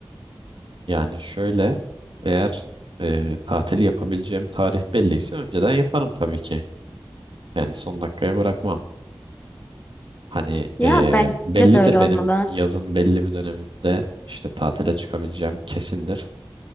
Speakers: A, on the right (about 80°); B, on the left (about 20°).
A: Yani şöyle eğer e, tatili yapabileceğim tarih belliyse önceden yaparım tabii ki. Yani son dakikaya bırakmam. Hani
B: Ya
A: e,
B: bence
A: bellidir
B: de öyle olmalı.
A: benim yazın belli bir dönemimde işte tatile çıkabileceğim kesindir.